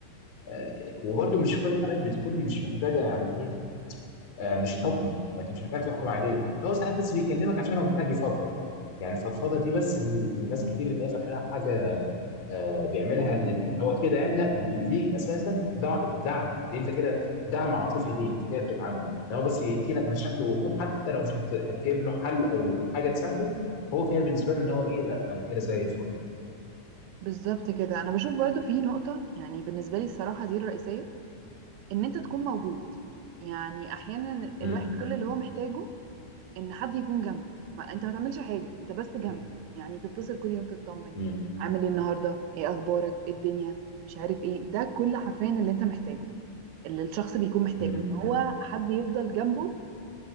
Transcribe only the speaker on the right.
بالظبط كده انا بشوف برضو في نقطة يعني بالنسبة لي الصراحة دي الرئيسية ان انت تكون موجود يعني احيانا
الواحد كل اللي هو محتاجه ان حد يكون جنبه ما انت ما تعملش حاجه انت بس
جنبه يعني تتصل كل يوم تطمن
عامل ايه النهارده ايه اخبارك ايه الدنيا مش عارف ايه ده كل حرفيا اللي انت محتاجه اللي الشخص بيكون محتاجه
ان هو حد يفضل جنبه